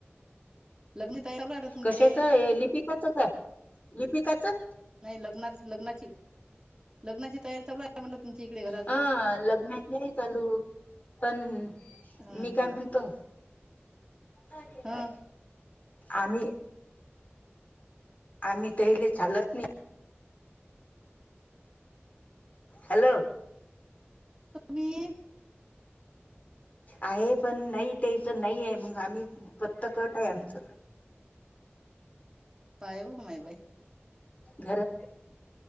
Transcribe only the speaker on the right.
लग्न तयारी चालू आहे का तुमच्याकडे
नाही लग्नाच लग्नाची लग्नाची तयारी चालू आहे. म्हणलं तुमच्या इकडे घरात
हं
हं
हं
वी.
पायो माय बाई.